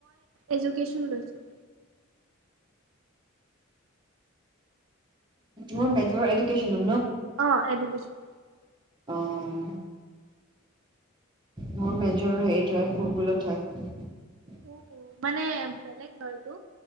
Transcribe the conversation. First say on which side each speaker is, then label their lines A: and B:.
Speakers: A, on the right; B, on the right.
A: এদুকেশ্যন লৈছোঁ।
B: ম মেজৰ এডুকেন
A: অ', এডুকেশ্যন।
B: অ',। মোৰ মেজৰৰ হেৰিত হয় ভূগোলত হয়।
A: উ, উ, মানে বেলেগ নহয়তো।